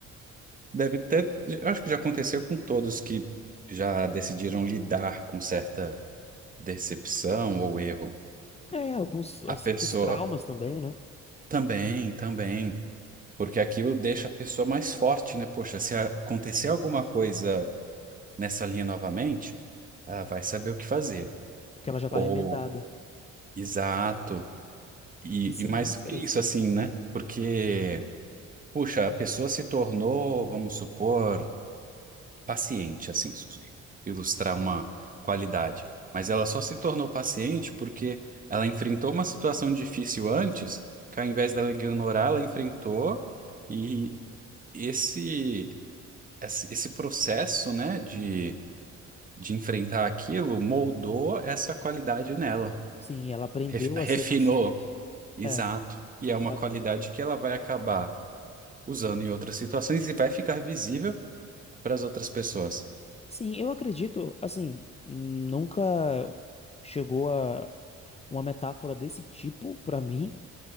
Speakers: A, on the right; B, on the left.
A: deve ter. eu Acho que já aconteceu com todos que já decidiram lidar com certa decepção ou erro.
B: É, alguns ah,
A: A
B: certos
A: pessoa
B: traumas também, né?
A: também, também. Porque aquilo deixa a pessoa mais forte, né? Poxa, se acontecer alguma coisa nessa linha novamente, ela vai saber o que fazer.
B: Porque ela já
A: Ou,
B: tá remendada.
A: exato. E,
B: Isso
A: e
B: é
A: mais
B: muito
A: do
B: interessante.
A: que isso, assim, né? Porque, puxa, a pessoa se tornou, vamos supor, paciente, assim, su- ilustrar uma qualidade. Mas ela só se tornou paciente porque ela enfrentou uma situação difícil antes, que ao invés dela ignorar, ela enfrentou e esse, esse esse processo, né, de, de enfrentar aquilo moldou essa qualidade nela,
B: Sim, ela aprendeu
A: Ref- refinou,
B: a ser paciente.
A: exato.
B: É.
A: E é uma
B: Ah,
A: qualidade que ela vai acabar usando em outras situações e vai ficar visível para as outras pessoas.
B: Sim, eu acredito, assim, nunca chegou a uma metáfora desse tipo pra mim,